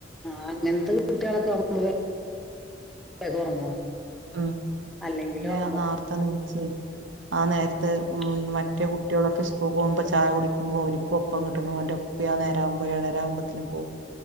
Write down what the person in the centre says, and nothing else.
ആ അങ്ങനത്തെ വീട്ടികളൊക്കെുമ്പ വേഗം ഉറങ്ങും
അല്ലെങ്കിൽ
ഉറങ്ങൂല
ഉറങ്ങാൻ കഴിയൂല നേരം വൈകി
എണീച്ചാ